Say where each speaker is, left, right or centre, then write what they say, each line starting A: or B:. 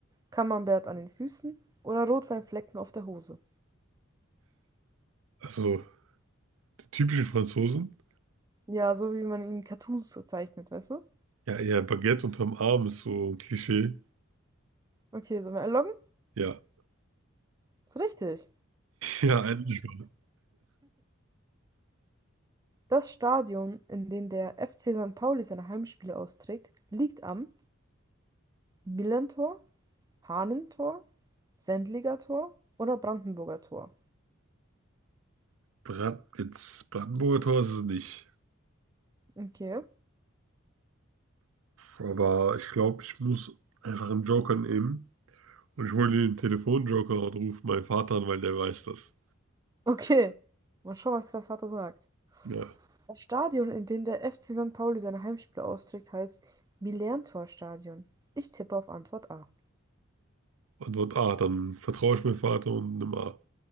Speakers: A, on the right (about 15°); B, on the right (about 80°).
A: Camembert an den Füßen oder Rotweinflecken auf der Hose?
B: Also, die typischen Franzosen.
A: Ja, so wie man ihn in Cartoons so zeichnet, weißt du?
B: Ja, ja, Baguette unterm Arm ist so ein Klischee.
A: Okay, sollen wir einloggen?
B: Ja. <laughs>
A: Ist richtig.
B: Ja, eigentlich schon.
A: Das Stadion, in dem der FC St. Pauli seine Heimspiele austrägt, liegt am Millantor, Hahnentor, Sendlinger Tor oder Brandenburger Tor.
B: Brand, jetzt Brandenburger Tor ist es nicht.
A: Okay.
B: Aber ich glaube, ich muss einfach einen Joker nehmen. Und ich hole den Telefonjoker und rufe meinen Vater an, weil der weiß das.
A: Okay, mal schauen, was der Vater sagt.
B: Ja.
A: Das Stadion, in dem der FC St. Pauli seine Heimspiele austrägt, heißt Millantor-Stadion. Ich tippe auf Antwort A.
B: Antwort A, dann vertraue ich meinem Vater und nimm A.